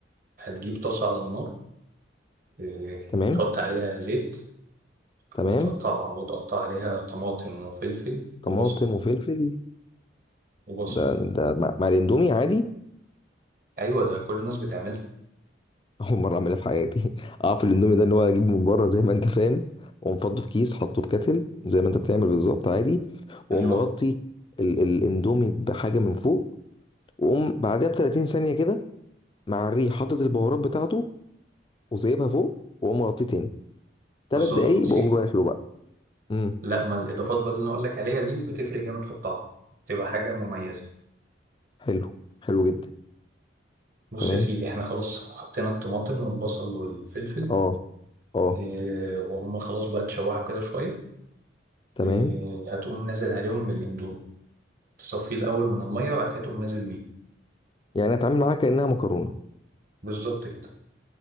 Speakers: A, on the right; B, on the left.
A: هتجيب طاسة على النار آه،
B: تمام
A: تحط عليها زيت
B: تمام
A: وتقطعها وتقطع عليها طماطم وفلفل
B: طماطم
A: وبصل
B: وفلفل
A: وبصل
B: ده ده مع مع الاندومي عادي
A: أيوة ده كل الناس بتعملها
B: <laughs> اول مره اعملها في حياتي <laughs> اعرف الاندومي ده اللي هو اجيبه من بره زي ما انت فاهم واقوم فضه في كيس حطه في كتل زي ما انت بتعمل بالظبط عادي واقوم
A: أيوة
B: مغطي ال- الاندومي بحاجه من فوق واقوم بعدها ب 30 ثانيه كده مع الريح حاطط البهارات بتاعته وسايبها فوق واقوم مغطيه تاني
A: بالظبط
B: ثلاث دقايق
A: وتسيبه
B: بقوم رايح له بقى امم
A: لا ما الإضافات بقى اللي أنا أقول لك عليها دي بتفرق جامد في الطعم بتبقى حاجة مميزة
B: حلو حلو جدا
A: بص
B: تمام
A: يا سيدي احنا خلاص حطينا الطماطم والبصل والفلفل
B: اه اه
A: إيه وهم خلاص بقى اتشوحوا كده شوية
B: تمام
A: إيه هتقوم نازل عليهم بالاندومي تصفيه الأول من المية وبعد كده تقوم نازل بيه
B: يعني اتعامل معاها كانها مكرونه
A: بالظبط كده